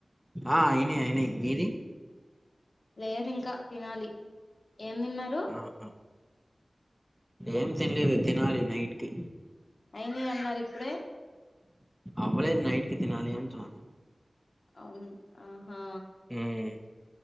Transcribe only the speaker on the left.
లేదు ఇంకా తినాలి ఏం తిన్నారు
అయింది అన్నారు ఇప్పుడే
అవును ఆహా